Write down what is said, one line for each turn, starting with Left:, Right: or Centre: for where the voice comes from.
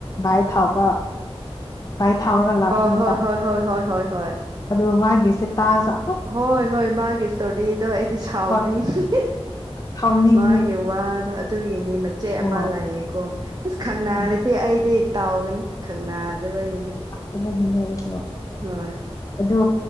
Left: ꯚꯥꯏꯠ ꯊꯥꯎꯕ ꯕꯥꯏꯠ ꯊꯥꯎꯔꯒ ꯂꯥꯛꯄ
Right: ꯑꯣ
Left: ꯅꯨꯄꯥꯗꯣ
Right: ꯍꯣꯏ ꯍꯣꯏ ꯍꯣꯏ ꯍꯣꯏ ꯍꯣꯏ ꯍꯣꯏ
Left: ꯑꯗꯨ ꯃꯥꯒꯤꯁꯦ ꯇꯖ
Right: ꯍꯣꯏ ꯍꯣꯏ ꯃꯥꯒꯤ ꯏꯁꯇꯣꯔꯤꯗꯣ ꯑꯩꯗꯤ ꯁꯥꯎꯅꯤꯡꯉꯤ
Left: ꯑ ꯁꯥꯎꯅꯤꯡꯉꯦ
Right: ꯃꯥꯒꯤ ꯋꯥꯗ ꯑꯗꯨꯒꯤꯅꯤ ꯃꯆꯦꯠ
Left: ꯍꯣꯏ
Right: ꯑꯃ ꯂꯩꯑꯦꯀꯣ ꯑꯁ ꯈꯪꯅꯔꯗꯤ
Left: ꯎꯝ
Right: ꯑꯩꯗꯤ ꯇꯥꯎꯒꯅꯤ ꯈꯪꯅꯥꯗꯕꯒꯤꯅꯤ
Left: ꯑꯍꯟꯅꯤꯅꯦ ꯑꯩꯁꯨ
Right: ꯍꯣꯏ
Left: ꯑꯗꯣ